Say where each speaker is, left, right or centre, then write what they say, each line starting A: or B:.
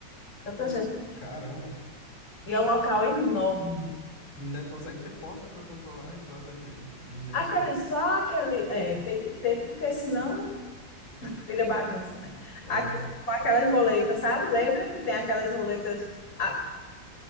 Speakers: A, on the left (about 75°); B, on the left (about 85°).
A: Tanta
B: Como-
A: gente. que-
B: Caramba.
A: E é um local enorme.
B: Ainda consegue ter porta pra controlar a entrada de, de gente?
A: Aquele, só aquele. É, tem que ter, porque senão Vira bagunça, né?
B: Aham.
A: Aque- com aquelas roletas, sabe? Lembra que tem aquelas roletas ah,